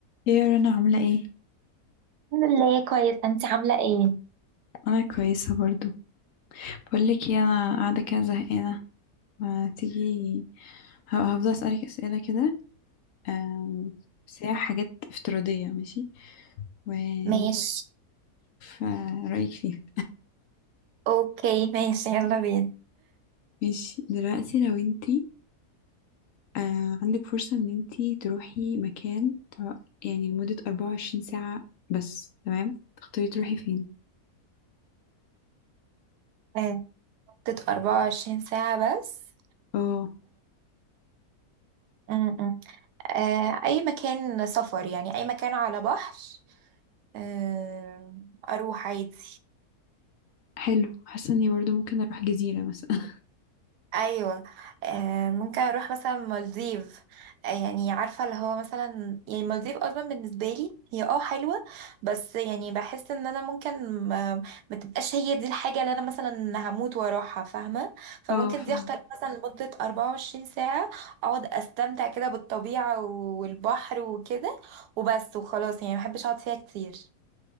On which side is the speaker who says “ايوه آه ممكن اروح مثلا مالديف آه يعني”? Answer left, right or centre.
Right